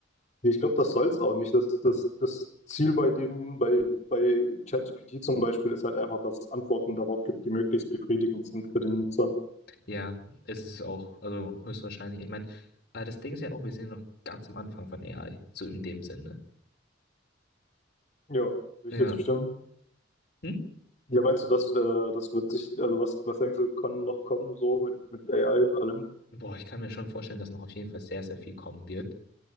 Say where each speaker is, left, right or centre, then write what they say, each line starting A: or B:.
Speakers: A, on the left; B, on the left.
A: Ich glaube, das soll es auch nicht. Das, das, das Ziel bei dem, bei, bei ChatGPT zum Beispiel, ist halt einfach, dass es Antworten darauf gibt, die möglichst befriedigend sind für den Nutzer.
B: Ja, es ist auch, also höchstwahrscheinlich. Ich meine, aber das Ding ist ja auch, wir sind ja noch ganz am Anfang von AI, so in dem Sinne.
A: Ja, würde
B: Ja.
A: ich dir zustimmen.
B: Hm?
A: Ja, meinst du, dass äh, das wird sich, also was, was denkst du, kann noch kommen so mit, mit AI und allem? Ich
B: Boah, ich kann mir schon vorstellen, dass noch auf jeden Fall sehr, sehr viel kommen wird.